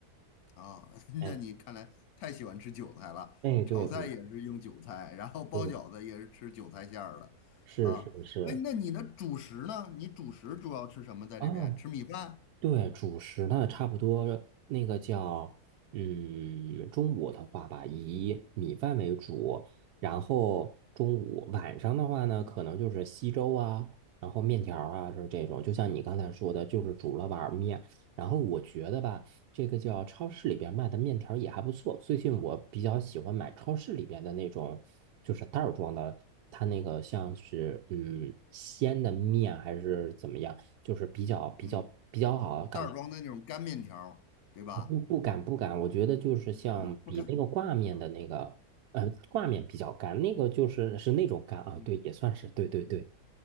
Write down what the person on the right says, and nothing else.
哎
哎，对对
对，是是是，
啊，对，主食呢，差不多那个叫，嗯，中午的话吧，以米饭为主，然后中午晚上的话呢，可能就是稀粥啊，然后面条儿啊，是这种，就像你刚才说的，就是煮了碗儿面，然后我觉得吧，这个叫超市里边卖的面条也还不错。最近我比较喜欢买超市里边的那种，就是袋儿装的，它那个像是嗯鲜的面啊还是怎么样，就是比较比较比较好，
感觉
不不敢不敢，我觉得就是像比那个挂面的那个呃挂面比较干，
那个就是是那种干啊，
对，也算是对对对。